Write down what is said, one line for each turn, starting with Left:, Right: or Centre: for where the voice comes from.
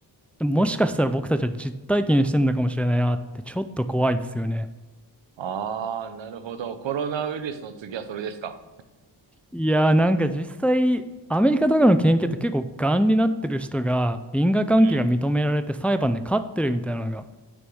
Centre: もしかしたら僕たちは実体験してるのかもしれないなってちょっと怖いですよね。
Right: ああ、なるほど。コロナウイルスの次はそれですか。
Centre: いやーなんか実際アメリカとかの研究って結構がんになってる人が因果関係が認められて裁判で勝ってるみたいなのが
Right: うん。